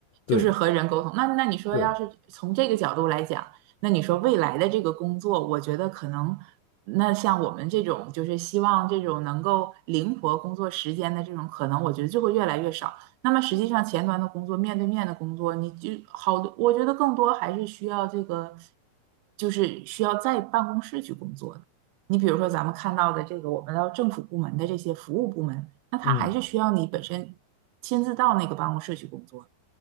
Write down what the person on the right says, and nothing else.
就是和人沟通。那那你说，
要是从这个角度来讲，那你说未来的这个工作，我觉得可能，那像我们这种就是希望这种能够灵活工作时间的这种，可能我觉得就会越来越少。那么实际上前端的工作，面对面的工作，你就好多，我觉得更多还是需要这个，就是需要在办公室去工作的。你比如说咱们看到的这个，我们到政府部门的这些服务部门。那他还是需要你本身亲自到那个办公室去工作，